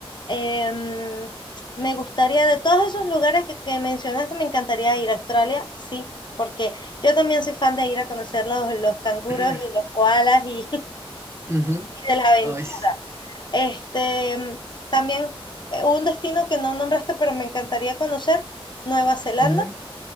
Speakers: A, on the left (about 50°); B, on the right (about 25°).
A: Em, me gustaría, de todos esos lugares que, que mencionaste, me encantaría ir a Australia, sí, porque yo también soy fan de ir a conocer los, los canguros
B: <clears throat>
A: y los koalas y, <laughs>
B: Ujú.
A: y de la aventura.
B: Oh, es-
A: Este, em, también eh, un destino que no nombraste, pero me encantaría conocer, Nueva Zelanda.
B: ujú.